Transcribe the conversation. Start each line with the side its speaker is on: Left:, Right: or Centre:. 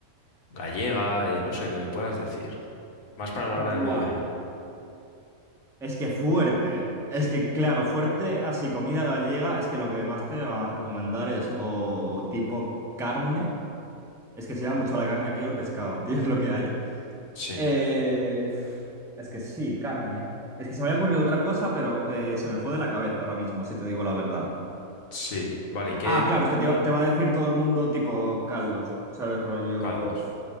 Left: gallega, eh, no sé, que me puedas decir. Más para la hora
Centre: Buah,
Left: del mediodía.
Centre: es que fuerte. Es que, claro, fuerte así, comida gallega, es que lo que más te van a recomendar es o tipo carne. Es que se llama mucho la carne aquí o el pescado, <laughs> tío, es lo que hay.
Left: Sí,
Centre: Eh, es que sí, carne. Es que se me había ocurrido otra cosa, pero eh, se me fue de la cabeza ahora mismo, si te digo la verdad.
Left: sí. Vale, ¿y qué
Centre: Ah, claro, es que te, va te va a decir todo el mundo tipo caldos, ¿sabes? Rollo
Left: caldos?
Centre: f-